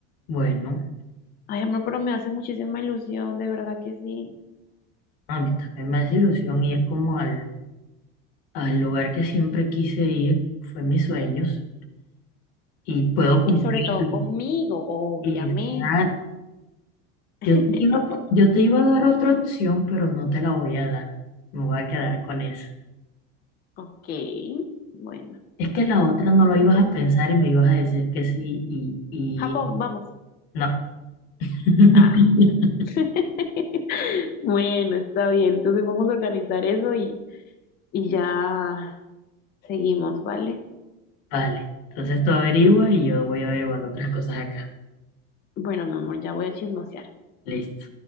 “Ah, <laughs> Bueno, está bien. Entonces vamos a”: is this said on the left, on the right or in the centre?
Left